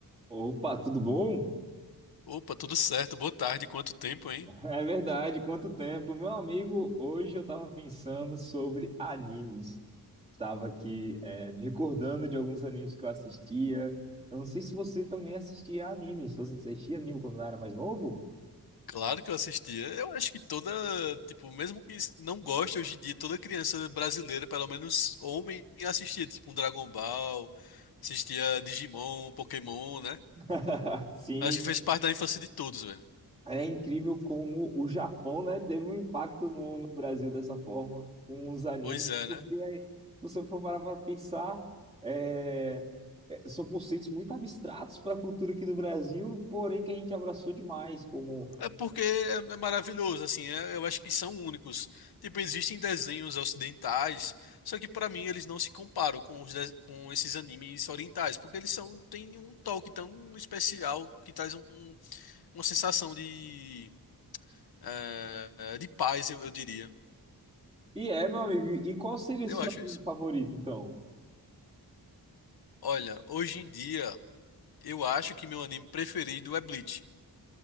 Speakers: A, on the right; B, on the left.
A: Opa, tudo bom?
B: Opa, tudo certo. Boa tarde. Quanto tempo, hein?
A: É verdade, quanto tempo. Meu amigo, hoje eu estava pensando sobre animes. Estava aqui, é, me recordando de alguns animes que eu assistia. Eu não sei se você também assistia animes. Você assistia anime quando era mais novo?
B: Claro que eu assistia. Eu acho que toda, tipo, mesmo que não goste hoje em dia, toda criança brasileira, pelo menos homem, assistia, tipo, um Dragon Ball, assistia Digimon, Pokémon, né?
A: <laughs> Sim.
B: Acho que fez parte da infância de todos, velho.
A: É incrível como o Japão, né, teve um impacto no, no Brasil dessa forma, com os animes,
B: Pois é,
A: porque
B: né?
A: aí, você for parar para pensar, é, é, são conceitos muito abstratos para a cultura aqui do Brasil, porém que a gente abraçou demais, como...
B: É porque é é maravilhoso, assim, é- eu acho que são únicos. Tipo, existem desenhos ocidentais, só que pra mim eles não se comparam com os de- com esses animes orientais, porque eles são têm um toque tão especial que traz um- uma sensação de é, é, de paz, eu, eu diria.
A: E é, meu amigo, e qual seria o
B: Eu
A: seu
B: acho
A: anime
B: isso.
A: favorito, então?
B: Olha, hoje em dia eu acho que meu anime preferido é Bleach.